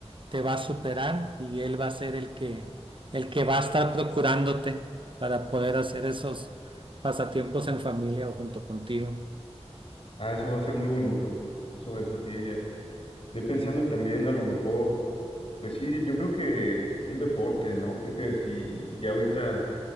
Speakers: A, on the right; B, on the left.
A: te va a superar y él va a ser el que, el que va a estar procurándote para poder hacer esos pasatiempos en familia o junto contigo.
B: ah, eso va a ser muy bonito. Eso, eso sí, ya. Estoy pensando también a lo mejor, pues sí, yo creo que un deporte, ¿no? Creo que sí, ya ahorita.